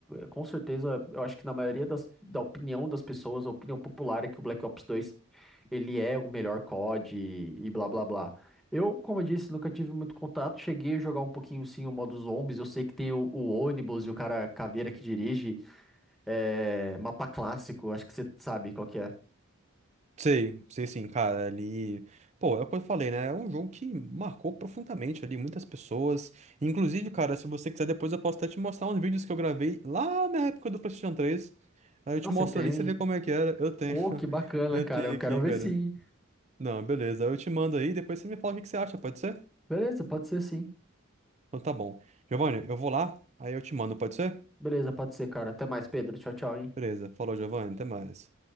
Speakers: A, in the centre; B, on the right (about 30°).
A: Com certeza, eu acho que na maioria das, da opinião das pessoas, a opinião popular é que o Black Ops 2 ele é o melhor COD e, e blá blá blá. Eu, como eu disse, nunca tive muito contato. Cheguei a jogar um pouquinho sim o modo zombies. Eu sei que tem o, o ônibus e o cara caveira que dirige. é, mapa clássico, acho que você sabe qual que é.
B: Sei, sei sim, cara, ali. Pô, é o que eu falei, né? É um jogo que marcou profundamente ali muitas pessoas. Inclusive, cara, se você quiser, depois eu posso até te mostrar uns vídeos que eu gravei lá na época do PlayStation três Aí eu
A: Ah,
B: te
A: você
B: mostro
A: tem?
B: ali, você vê como é que era. Eu tenho.
A: Pô,
B: <laughs>
A: que bacana,
B: Eu
A: cara.
B: tenho
A: Eu
B: aqui,
A: quero ver
B: cara.
A: sim.
B: Não, beleza. Eu te mando aí, depois você me fala o que que você acha, pode ser?
A: Beleza, pode ser sim.
B: Então tá bom. Giovanni, eu vou lá, aí eu te mando, pode ser?
A: Beleza, pode ser, cara. Até mais, Pedro. Tchau, tchau, hein?
B: Beleza. Falou, Giovanni. Até mais.